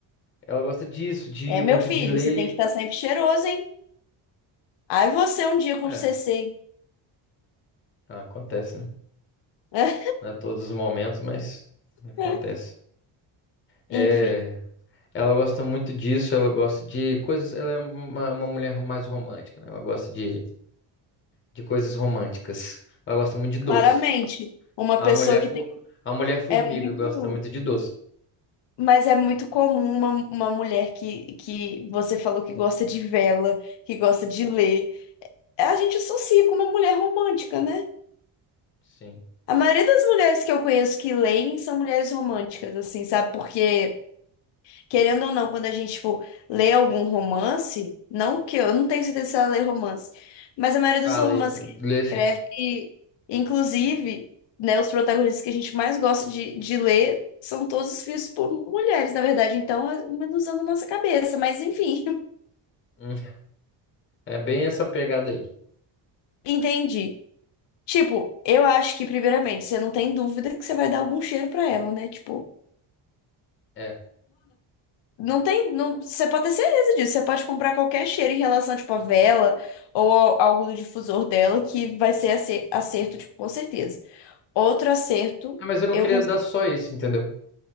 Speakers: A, on the left (about 25°); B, on the left (about 65°).
A: ela gosta disso, de
B: É, meu
A: muito
B: filho,
A: de ler.
B: você tem que estar sempre cheiroso, hein? Aí você um dia com
A: É,
B: CC,
A: ah, acontece, né?
B: né?
A: Não é todos os momentos, mas acontece.
B: <laughs>
A: É,
B: Enfim,
A: ela gosta muito disso, ela gosta de coisas. Ela é uma, uma mulher mais romântica, né? Ela gosta de, de coisas românticas. Ela gosta muito de doce.
B: claramente, uma
A: A
B: pessoa
A: mulher,
B: que
A: fo-
B: tem,
A: a mulher formiga
B: é muito,
A: gosta muito de doce.
B: mas é muito comum uma, uma mulher que, que você falou que gosta de vela, que gosta de ler. A gente associa com uma mulher romântica, né?
A: Sim.
B: A maioria das mulheres que eu conheço que leem são mulheres românticas, assim, sabe? Porque Querendo ou não, quando a gente, tipo, lê algum romance, não que eu, eu não tenho certeza se ela lê romance, mas a maioria
A: Ah,
B: dos romances
A: lê,
B: que
A: lê sim.
B: ela escreve, inclusive, né, os protagonistas que a gente mais gosta de, de ler são todos escritos por mulheres, na verdade, então é uma ilusão na nossa cabeça, mas enfim,
A: Hum, É bem essa pegada aí.
B: <laughs> entendi. Tipo, eu acho que, primeiramente, você não tem dúvida que você vai dar algum cheiro pra ela, né? Tipo,
A: É.
B: Não tem, não, você pode ter certeza disso. Você pode comprar qualquer cheiro em relação, tipo, a vela ou ao- algo do difusor dela que vai ser acer- acerto, tipo, com certeza. Outro acerto,
A: Ah, Mas eu não
B: eu
A: queria
B: cons-
A: dar só isso, entendeu?